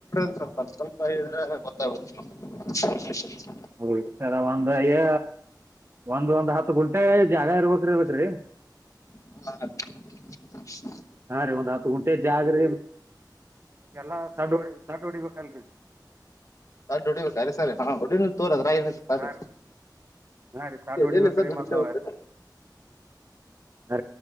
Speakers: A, on the left; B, on the right.
A: ಸ್ವಲ್ಪ ಹೇಳ್ಬಿಡ್ರಿ ಸರ್ ಸ್ವಲ್ಪ <unintelligible>
B: ಹೊ ಒಂದ ಹೇ ಒಂದ್ ಒಂದ್ ಹತ್ತು ಗುಂಟೆ. ಜಾಗ ಇರ್ಬೇಕ್ರಿ <unintelligible> ರೀ.
A: ಹ.
B: ಹಾ ರೀ ಒಂದ್ ಹಾತ್. ಹಾತ್ ಕುಂಟೆ ಜಾಗ್ರಿ ಎಲ್ಲಾ ಸಡ್ ಹೊಡಿ ಸಡ್ ಹೊಡೀಬಕಲ್ರಿ.
A: ಸಡ್ ಹೊಡೀಬಾಕ್ ಸರಿ ಹೊಡಿಬೇಕ್ ತಗೋರಿ.
B: ಹಾ
A: <unintelligible>
B: ರೀ ಹಾ ರೀ ಸಡ್
A: ಎಲ್ಲಲ್ಲ
B: ಹೊಡಿಬೇಕ್ರಿ
A: ಸರ್ ನುಡಚ
B: ಮತ್ತ್
A: ಹೋಗತ
B: ಅ